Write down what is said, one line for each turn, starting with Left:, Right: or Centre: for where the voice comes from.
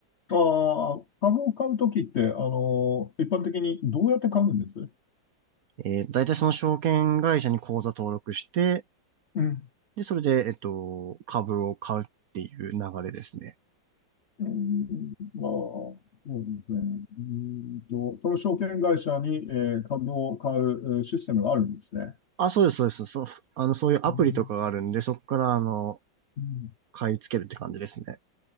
Left: あー株を買うときって、あのー一般的にどうやって買うんです
Right: えー、大体その証券会社に口座登録して、
Left: うん
Right: で、それで、えっと、株を買うっていう流れですね。
Left: うん、まあ、そうですね。うんと、その証券会社に、えー株を買うえーシステムがあるんですね。
Right: あ、そうです、そうです。そう、あの、そういうアプリとかがあるんで、
Left: うん、
Right: そこから、あの、
Left: う
Right: 買い付けるって感じですね。